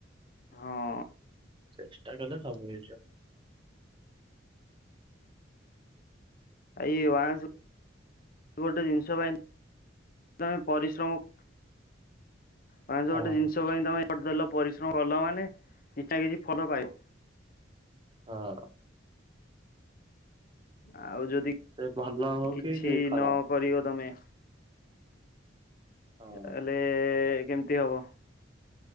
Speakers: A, on the left; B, on the right.
A: ହଁ।
B: ଚେଷ୍ଟା କଲେ ସବୁ ହେଇଯିବ।
A: ଆ ଇଏ ୱାନ୍ସ ଗୋଟେ ଜିନିଷ ପାଇଁ ତମେ ପରିଶ୍ରମ ୱାନ୍ସ
B: ହଁ
A: ଗୋଟେ ଜିନିଷ ପାଇଁ ତମେ <inaudible> ଦେଲ ପରିଶ୍ରମ କଲ ମାନେ କିଛି ନା କିଛି ଫଲ ପାଇବ।
B: ହଁ।
A: ଆଉ ଯଦି
B: ସେ ଭଲ ହଉ
A: କିଛି
B: କି କି ଖରାପ
A: ନ କରିବ ତମେ
B: ହଁ
A: ତାହେଲେ କେମିତି ହବ।